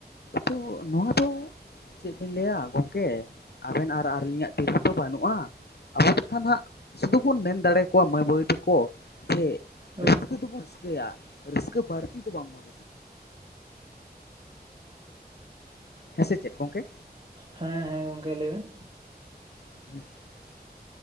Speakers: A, on the left; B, on the right.
A: ᱛᱚ ᱱᱚᱣᱟ ᱫᱚ ᱪᱮᱫ ᱵᱮᱱ ᱞᱟᱹᱭᱟ ᱜᱚᱢᱠᱮ ᱟᱵᱮᱱ ᱟᱨ ᱟᱹᱞᱤᱧᱟᱜ ᱛᱤ ᱨᱮ ᱛᱚ ᱵᱟᱹᱱᱩᱜᱼᱟ᱾ ᱟᱵᱚ ᱫᱚ ᱠᱷᱟᱱ ᱦᱟᱸᱜ ᱥᱩᱫᱩ ᱵᱚᱱ ᱢᱮᱱ ᱫᱟᱲᱮ ᱟᱠᱚᱣᱟ ᱢᱟᱹᱭ ᱵᱟᱹᱵᱩᱭ ᱛᱟᱠᱚ ᱡᱮ
B: ᱦᱳᱭ
A: ᱨᱟᱹᱥᱠᱟᱹ ᱫᱚᱵᱚᱱ ᱨᱟᱹᱥᱠᱟᱹᱭᱟ᱾ ᱨᱟᱹᱥᱠᱟᱹ ᱵᱟᱹᱲᱛᱤ ᱫᱚ ᱵᱟᱝ ᱵᱚᱱ ᱦᱮᱸᱥᱮ ᱪᱮᱫ ᱜᱚᱝᱠᱮ?
B: ᱦᱮᱸ ᱦᱮᱸ ᱜᱚᱝᱠᱮ ᱞᱟᱹᱭ ᱵᱮᱱ᱾
A: <inaudible>